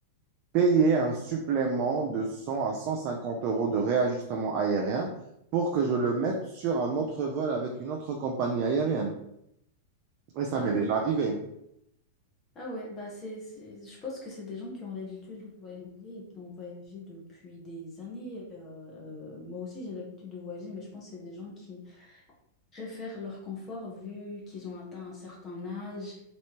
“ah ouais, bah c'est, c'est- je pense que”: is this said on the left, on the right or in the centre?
Left